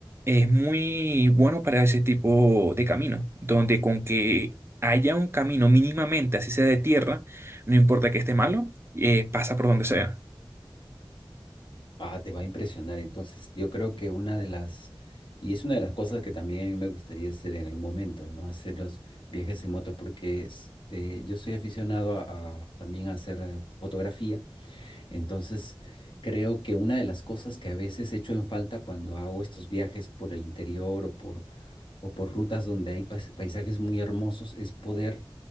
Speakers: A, on the right; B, on the left.
A: es muy bueno para ese tipo de camino, donde con que haya un camino mínimamente, así sea de tierra, no importa que esté malo, eh, pasa por donde sea.
B: Ah, te va a impresionar. Entonces, yo creo que una de las, y es una de las cosas que también a mí me gustaría hacer en algún momento, ¿no? Hacer los viajes en moto, porque es, eh, yo soy aficionado a, a también a hacer eh, fotografía. Entonces, creo que una de las cosas que a veces echo en falta cuando hago estos viajes por el interior o por o por rutas donde hay pais- paisajes muy hermosos, es poder,